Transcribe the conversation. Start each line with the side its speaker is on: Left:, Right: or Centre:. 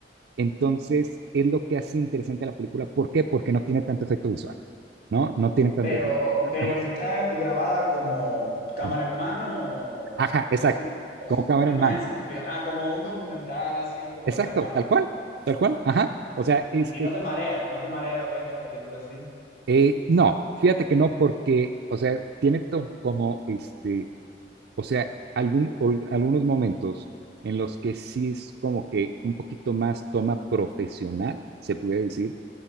Right: Entonces, es lo que hace interesante a la película. ¿Por qué? Porque no tiene tanto efecto visual, ¿no? No tiene tanto
Left: Pero,
Right: efecto.
Left: pero
Right: Ajá,
Left: está grabada como cámara
Right: ujú.
Left: en mano o,
Right: Ajá, exacto.
Left: o sí, o,
Right: Como
Left: sí-
Right: cámara
Left: o la
Right: en
Left: imagen
Right: mano.
Left: sí está fija. Ah, como un documental así, como cámara
Right: Exacto,
Left: en mano.
Right: tal cual, tal cual, ajá. O sea,
Left: Y,
Right: este,
Left: y no te marea, no te marea ver la película así.
Right: eh, no, fíjate que no, porque, o sea, tiene to- como, este, o sea, algún, ol- algunos momentos en los que sí es como que un poquito más toma profesional, se pudiera decir,